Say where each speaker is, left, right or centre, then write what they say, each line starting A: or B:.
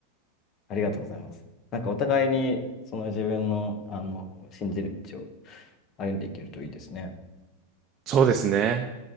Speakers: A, on the left; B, on the right.
A: ありがとうございます。なんかお互いに、その自分の、あの、信じる道を歩んでいけるといいですね。
B: そうですね。